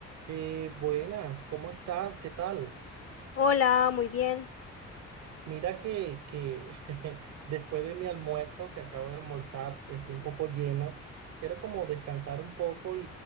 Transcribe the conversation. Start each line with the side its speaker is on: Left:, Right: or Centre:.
Right: Eh, buenas, ¿cómo estás? ¿Qué tal?
Left: Hola, muy bien.
Right: Mira que, que <laughs> después de mi almuerzo, que acabo de almorzar, estoy un poco lleno. Quiero como descansar un poco y,